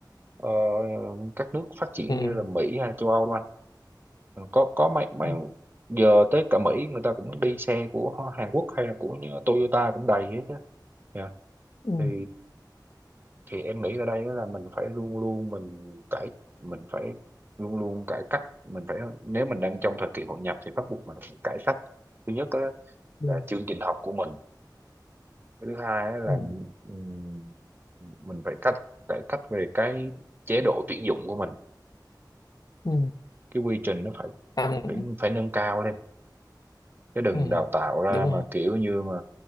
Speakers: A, on the right; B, on the left.
A: ờ, các nước phát triển
B: Ừ.
A: như là Mỹ hay châu Âu đâu anh Ờ, có có mấy mấy
B: Ừ.
A: giờ tới cả Mỹ người ta cũng đi xe của Hàn Quốc hay là của Toyota cũng đầy hết á Dạ
B: Ừ.
A: thì thì em nghĩ ở đây á là mình phải luôn luôn mình cải mình phải luôn luôn cải cách mình phải nếu mình đang trong thời kỳ hội nhập thì bắt buộc mình phải cải cách thứ nhất á
B: Ừ.
A: là chương trình học của mình cái thứ hai á là
B: Ừ.
A: ừm, mình phải cách cải cách về cái chế độ tuyển dụng của mình
B: Ừ.
A: cái quy trình nó phải
B: Anh-
A: phải phải nâng cao lên chứ đừng
B: ừ.
A: đào tạo ra
B: đúng
A: mà
B: rồi
A: kiểu như mà